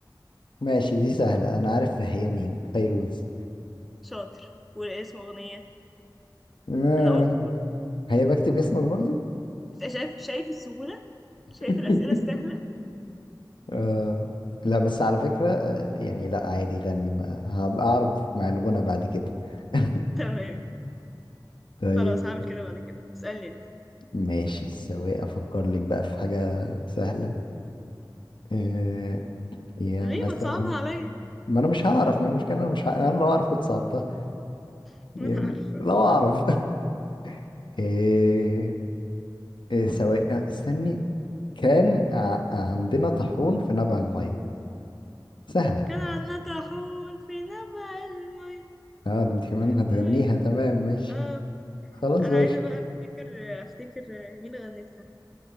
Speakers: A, on the left (about 85°); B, in the centre.
A: ماشي دي سهلة أنا عارف هي مين فيروز
B: شاطر والاسم أغنية
A: آه،
B: أنا قلته برضه
A: هي بكتب اسمك برضو
B: بس شايف شايف السهولة شايف
A: <laughs>
B: الأسئلة السهلة
A: آه. لا بس على فكرة آه، يعني لا عادي غني ما هبقى أعرف مع الغنى بعد كده <laughs>
B: <laughs> تمام
A: طيب
B: خلاص هعمل كده بعد كده اسألني انت
A: ماشي سواء أفكر لك بقى في حاجة سهلة آه. يا
B: ليه
A: مثلا
B: ما تصعبها عليا
A: ما أنا مش هعرف ما المشكلة أنا مش ه... أنا لو أعرف كنت صعبتها
B: <laughs> ما
A: يعني
B: انا عارفة
A: لو أعرف <laughs> آه. آه. سواء استني كان ع... عندنا طاحون في نبع المية سهلة
B: كان عنا طاحون في نبع المي
A: اه ده انت كمان
B: في
A: هتغنيها
B: مي
A: تمام ماشي
B: اه
A: خلاص
B: انا
A: ماشي
B: عايزة بقى افتكر افتكر مين غنتها